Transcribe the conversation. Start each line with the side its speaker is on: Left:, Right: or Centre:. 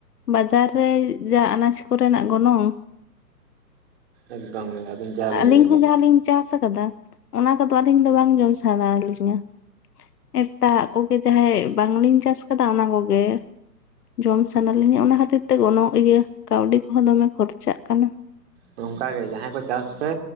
Left: ᱵᱟᱡᱟᱨ ᱨᱮ ᱡᱟ ᱟᱱᱟᱡ ᱠᱚᱨᱮᱱᱟᱜ ᱜᱚᱱᱚᱝ
Right: ᱮᱠᱫᱚᱢ ᱜᱮ ᱟᱹᱵᱤᱱ ᱡᱟ ᱵᱤᱱ
Left: ᱟᱹᱞᱤᱧ
Right: ᱞᱟᱹᱭᱠᱮᱫ
Left: ᱦᱚᱸ ᱡᱟᱦᱟᱸ ᱞᱤᱧ ᱪᱟᱥ ᱟᱠᱟᱫᱟ ᱚᱱᱟ ᱠᱚᱫᱚ ᱟᱹᱞᱤᱧ ᱫᱚ ᱵᱟᱝ ᱡᱚᱢ ᱥᱟᱱᱟ ᱞᱤᱧᱟ ᱮᱴᱟᱜ ᱠᱚᱜᱮ ᱡᱟᱦᱟᱸᱟᱭ ᱵᱟᱝᱞᱤᱧ ᱪᱟᱥ ᱟᱠᱟᱫᱟ ᱚᱱᱟ ᱠᱚᱜᱮ ᱡᱚᱢ ᱥᱟᱱᱟ ᱞᱤᱧᱟ ᱚᱱᱟ ᱠᱷᱟᱹᱛᱤᱨ ᱛᱮ ᱛᱮ ᱩᱱᱟᱜ ᱤᱭᱟᱹ ᱠᱟᱹᱣᱰᱤ ᱠᱚᱦᱚᱸ ᱫᱚᱢᱮ ᱠᱷᱚᱨᱪᱟᱜ ᱠᱟᱱᱟ
Right: ᱱᱚᱝᱠᱟ ᱜᱮ ᱡᱟᱦᱟᱸᱭ ᱠᱚ ᱪᱟᱥ ᱥᱮ